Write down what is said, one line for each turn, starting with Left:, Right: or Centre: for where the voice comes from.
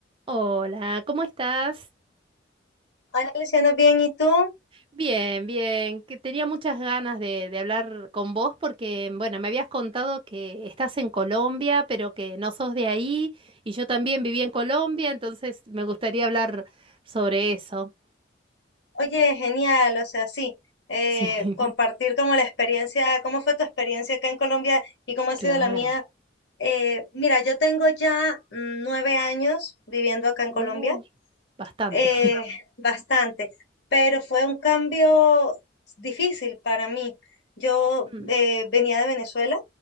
Right: Hola, ¿cómo estás?
Left: Hola Luciana, bien, ¿y tú?
Right: Bien, bien, que tenía muchas ganas de, de hablar con vos porque, bueno, me habías contado que estás en Colombia, pero que no sos de ahí y yo también viví en Colombia, entonces me gustaría hablar sobre eso.
Left: Oye, genial, o sea, sí, eh,
Right: Sí,
Left: compartir
Right: <laughs>
Left: como la experiencia, cómo fue tu experiencia acá en Colombia y cómo ha sido
Right: claro.
Left: la mía. Eh, mira, yo tengo ya mm, nueve años viviendo acá en
Right: Uy,
Left: Colombia,
Right: bastante.
Left: eh,
Right: <laughs>
Left: bastante, pero fue un cambio difícil para mí. Yo
Right: Mm,
Left: eh, venía de Venezuela